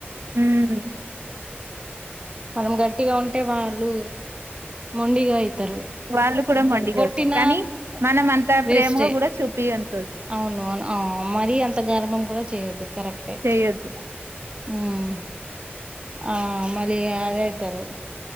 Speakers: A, on the right; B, on the right.
A: ఉమ్
B: మనం గట్టిగా ఉంటే వాళ్ళు మొండిగా ఇయి తరు
A: వాళ్ళు కూడా మొండిగా
B: కొట్టిన
A: అవుతారు కానీ మనం అంత
B: వేస్ట్
A: ప్రేమగా కూడా చూపియద్దు
B: అవునువును అవు మరీ అంత గర్భం కూడా చేయొద్దు కరెక్టే
A: చేయొద్దు
B: మ్ అ మళ్ళీ అదైతారు